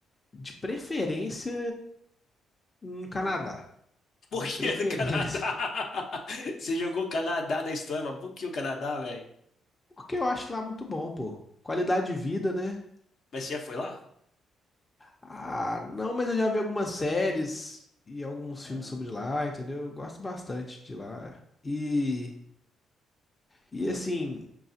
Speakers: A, on the left; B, on the left.
A: de preferência no Canadá,
B: Onde? <laughs> Por
A: de
B: que
A: preferência,
B: no Canadá? <laughs> Você jogou o Canadá na história, mas por que o Canadá, velho?
A: <laughs> porque eu acho lá muito bom, pô. Qualidade de vida, né?
B: Mas você já foi lá?
A: Ah, não, mas eu já vi algumas séries e alguns
B: Aham.
A: filmes sobre lá, entendeu? Eu gosto bastante de lá. E, e assim,